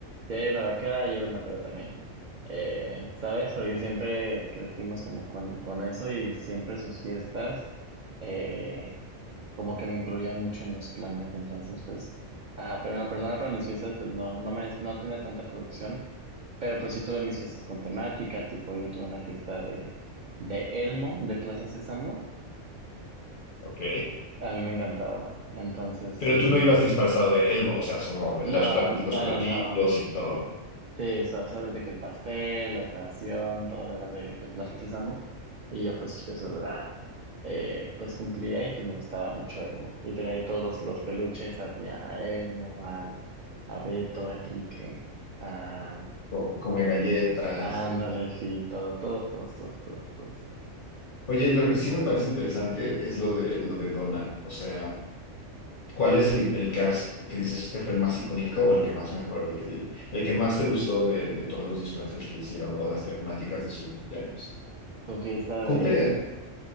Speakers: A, on the right; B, on the left.
A: Sí, hay una vaquera y era un vaquero también. Eh, ¿sabes? Porque siempre crecimos como con, con eso y siempre sus fiestas eh, como que me incluían mucho en los planes. Entonces, pues, ajá, pero en la persona para mis fiestas, pues no, no me, no tenía tanta producción, pero pues sí tuve mis fiestas con temática, tipo yo tuve una fiesta de, de Elmo, de Plaza Sésamo.
B: Ok.
A: A mí me encantaba. Entonces,
B: Pero
A: sí.
B: tú no ibas disfrazado de Elmo, o sea, como
A: No,
B: los, pla-
A: no,
B: los platitos
A: no, no.
B: y todo,
A: Sí, eso, eso de que el pastel, la decoración, todo era de, de Plaza Sésamo. Y yo pues yo solo la, eh, pues cumplía y pues me gustaba mucho Elmo. Y tenía ahí todos los, los peluches, ah, tenía a Elmo, al, a Beto, a Enrique, a,
B: co- come galletas.
A: a
B: el-
A: Ándale, sí, todo, todos, todos, todos, todos, todos.
B: Oye, lo que sí me parece interesante es lo de, lo de Donna, o sea. ¿Cuál es el, el que, has- que dices este fue el más icónico o el que más me acuerdo, el que, el que más te gustó de, de todos los disfraces que hicieron o las temáticas de su cumpleaños?
A: Tu fiesta
B: ¿Cumple,
A: de,